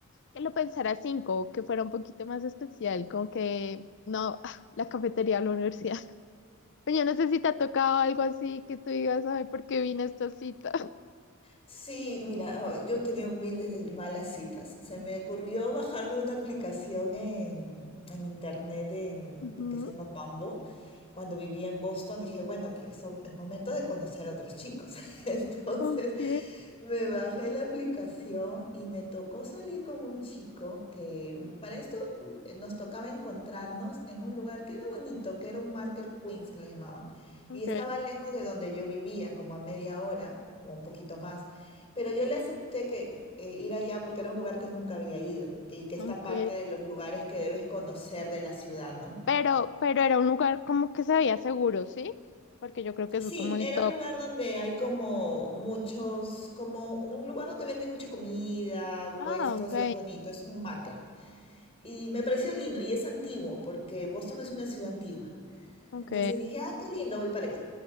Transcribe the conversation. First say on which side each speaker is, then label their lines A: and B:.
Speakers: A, on the left (about 55°); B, on the left (about 25°).
A: que lo pensara cinco, que fuera un poquito más especial, como que no, <laughs> ah, la cafetería de la universidad. <laughs> Pero yo no sé si te ha tocado algo así que tú digas, ay, ¿por qué vine a esta cita?
B: Sí, mira, yo he tenido miles de malas citas. Se me ocurrió bajarme una aplicación en, en internet en-
A: Ujú,
B: que se llama Bumble cuando vivía en Boston dije, bueno, que eso es momento de conocer a otros chicos. <laughs> Entonces
A: Ok,
B: me bajé la aplicación y me tocó salir con un chico que para esto eh, nos tocaba encontrarnos en un lugar que era bonito, que era un Market Queens que le llamaban.
A: ok.
B: Y estaba lejos de donde yo vivía, como a media hora o un poquito más. Pero yo le acepté que eh, ir allá porque era un lugar que nunca había ido y que está
A: Ok.
B: parte de los lugares que debes conocer de la ciudad, ¿no?
A: Pero, pero era un lugar como que se veía seguro, ¿sí? Porque yo creo que
B: Sí,
A: eso es como el
B: era
A: top.
B: un lugar donde hay como muchos, como un lugar donde venden mucha comida,
A: Ah,
B: puestos
A: ok.
B: y es bonito, es un market. Y me pareció lindo y es antiguo porque Boston es una ciudad antigua.
A: Ok.
B: Entonces dije, ah, qué lindo, voy para allá.